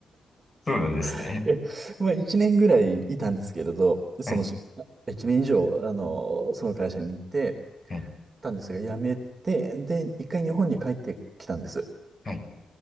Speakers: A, on the left; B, on the right.
A: そうなんですね。
B: <laughs> え、まあ、一年ぐらいいたんですけれど、そのし、
A: はい、
B: 一年以上、あの、その会社に行って
A: はい、
B: たんですが、辞めて、で、一回日本に帰ってきたんです。
A: はい、